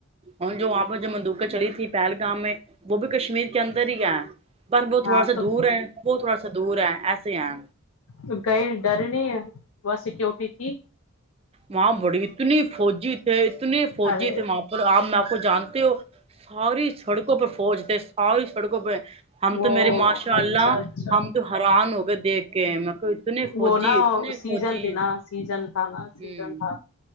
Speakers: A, on the right; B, on the left.
A: اور جو وہاں پر جو مندوقیں چلی تھی پہلگام میں وہ بھی کشمیر کے اندر ہی آیا پر وہ
B: ہاں
A: تھوڑا سا
B: تو
A: دور ہے وہ تھوڑا سا دور ہے ایسے ہیں
B: تو گئے ڈرے نہیں ہے وہا ں سیکورٹی تھی
A: وہاں بڑی اتنی فوجی تھے اتنے فوجی
B: ارے
A: تھے وہاں اور آپ نہ تو جانتے ہو ساری سڑکوں پہ فوج تھے ساری سڑکوں پہ ہم
B: وہ
A: تو میرے ماشاء
B: اچھا
A: اللہ
B: اچھا
A: ہم تو حیران ہو گئے دیکھ کے میں کو اتنے فوجی
B: وہ نا
A: اتنے
B: سیزن
A: فوجی ہیں
B: <unintelligible>
A: ہوں
B: تھا